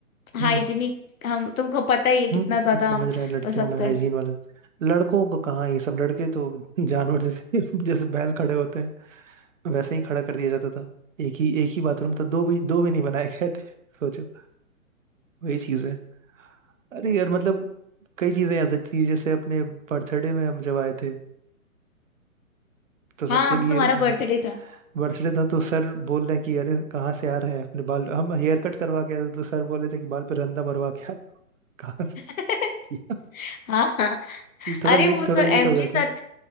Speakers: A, on the left (about 70°); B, on the right (about 65°).
A: हाइजीनिक
B: हम्म हम्म,
A: हम तुमको पता ही है कितना
B: हम्म, हम्म,
A: ज्यादा
B: समझ
A: हम
B: रहे हैं लड़कियों
A: वो सब
B: में
A: कर
B: हाइजीन वाला लड़कों को कहाँ ये सब लड़के तो <laughs> जानवर जैसे जैसे बैल खड़े होते हैं वैसे ही खड़ा कर दिया जाता था एक ही एक ही बाथरूम था दो भी दो भी नहीं बनाए गए थे सोचो वही चीज़ है अरे यार मतलब कई चीज़ें याद आती थी जैसे अपने बर्थडे में हम जब आए थे तो सबके
A: हाँ
B: लिए
A: तुम्हारा
B: हाँ।
A: बर्थडे था
B: बर्थडे था तो सर बोल रहे हैं कि अरे कहाँ से आ रहे हैं अपने बाल हम हेयर कट करवा के आए थे तो सर बोले थे कि बाल पे रंदा मरवा के आए हो। कहाँ से
A: <laughs>
B: <laughs> ये
A: हाँ हाँ
B: थोड़ा
A: अरे
B: लेट
A: वो sir
B: थोड़ा लेट
A: MG
B: हो गए
A: sir
B: थे